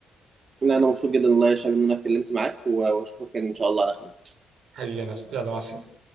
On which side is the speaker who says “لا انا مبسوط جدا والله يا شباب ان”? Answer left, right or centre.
Right